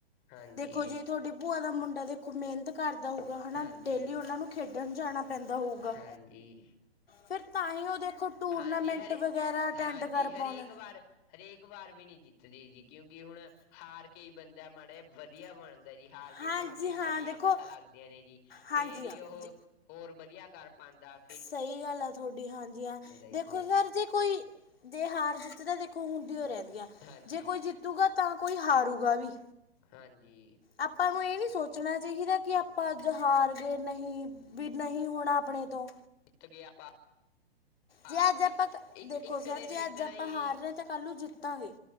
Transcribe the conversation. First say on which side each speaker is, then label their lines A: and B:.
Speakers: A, on the left; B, on the left.
A: ਹਾਂਜੀ
B: ਦੇਖੋ ਜੇ ਤੁਹਾਡੀ ਭੂਆ ਦਾ ਮੁੰਡਾ ਦੇਖੋ ਮਿਹਨਤ ਕਰਦਾ ਹੋਊਗਾ ਹਨਾ
A: ਹਾਂਜੀ
B: ਡੇਲੀ ਉਹਨਾਂ ਨੂੰ ਖੇਡਣ ਜਾਣਾ ਪੈਂਦਾ ਹੋਊਗਾ
A: ਹਾਂਜੀ
B: ਫਿਰ ਤਾਂ ਹੀ ਉਹ ਦੇਖੋ ਟੂਰਨਾਮੈਂਟ
A: ਹਾਂਜੀ ਹਰੇਕ
B: ਵਗੈਰਾ ਅਟੈਂਡ
A: ਹਾਂਜੀ
B: ਕਰ
A: ਹਰੇਕ
B: ਪਾਉਂਦੇ ਨੇ।
A: ਵਾਰ ਹਰੇਕ ਵਾਰ ਵੀ ਨੀ ਜਿੱਤਦੇ ਜੀ ਕਿਉਂਕਿ ਹੁਣ ਹਾਰ ਕੇ ਹੀ ਬੰਦਾ ਮਾੜਾ ਜਿਆ ਵਧੀਆ ਬਣ। ਬਣਦਾ ਜੀ। ਹਾਰ ਕੇ
B: ਹਾਂਜੀ
A: ਉਹਨੂੰ ਆਪਣੀਆਂ
B: ਹਾਂ
A: ਕਮੀਆਂ
B: ਦੇਖੋ
A: ਪਤਾ ਲੱਗਦੀਆਂ ਨੇ ਜੀ, ਫੇਰ
B: ਹਾਂਜੀ
A: ਹੀ
B: ਹਾਂ
A: ਉਹੋ
B: ਜ-
A: ਹੋਰ ਵਧੀਆ ਕਰ ਪਾਂਦਾ।
B: ਸਹੀ ਗੱਲ ਆ ਤੁਹਾਡੀ ਹਾਂਜੀ ਹਾਂ।
A: ਜੀ
B: ਦੇਖੋ,
A: ਪਲੇਅਰ
B: ਸਰ ਜੇ ਕੋਈ ਜੇ ਹਾਰ ਜਿੱਤ ਤਾਂ ਦੇਖੋ ਹੁੰਦੀਉ ਰਹਿੰਦੀਆ,
A: ਹਾਂਜੀ
B: ਜੇ ਕੋਈ ਜਿੱਤੂਗਾ ਤਾਂ ਕੋਈ ਹਾਰੂਗਾ ਵੀ।
A: ਹਾਂਜੀ
B: ਆਪਾਂ ਨੂੰ ਇਹ ਨਹੀਂ ਸੋਚਣਾ ਚਾਹੀਦਾ ਕਿ ਆਪਾਂ ਅੱਜ ਹਾਰ ਗਏ ਨਹੀਂ ਵੀ ਨਹੀਂ ਹੁਣ ਆਪ ਆਪਣੇ ਤੋਂ
A: ਤੇ ਅੱਗੇ ਆਪਾਂ
B: ਜੇ
A: ਹਾਰ
B: ਅੱਜ
A: ਗਏ
B: ਆਪਾਂ,
A: ਇੱਕ
B: ਦੇਖੋ
A: ਇੱਕ
B: ਜੇ
A: ਨੇ ਜਿੱਤਣਾ
B: ਅੱਜ ਆਪਾਂ
A: ਹੀ ਹੈ
B: ਹਾਰ
A: ਜੀ
B: ਰਹੇ ਆ ਤੇ ਕੱਲ ਨੂੰ ਜਿੱਤਾਂਗੇ।